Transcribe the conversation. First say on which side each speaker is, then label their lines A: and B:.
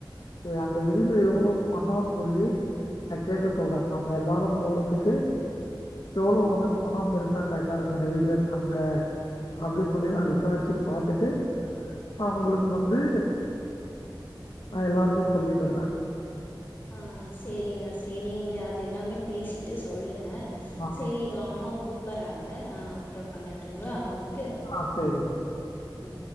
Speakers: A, on the left (about 65°); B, on the left (about 25°).
A: செரி அந்த விடுதில எவ்வளோ பண்ணோன் சொல்லி நா கேட்க சொல்ற நம்ம எல்லாரும் போறதுக்கு எவ்ளோ வந்து பணம் இருந்தா கரெக்ட்டா இருக்கு அந்த விடுதில தங்க அப்டின் சொல்லி நா விசாரிச்சு பாத்துட்டு அ உங்களுக்கு வந்து ஆ எல்லாருக்கும் சொல்லி விடுறேன்
B: ஆ சேரிங்க சேரி நீங்க அது எல்லாமே பேசிட்டு சொல்லுங்க
A: ஆ
B: சேரி இது அம்மாக் கூப்பறாங்க நா அப்றோ பண்ணட்டுங்ளா உங்களுக்
A: ஆ சேரிங்க
B: உம்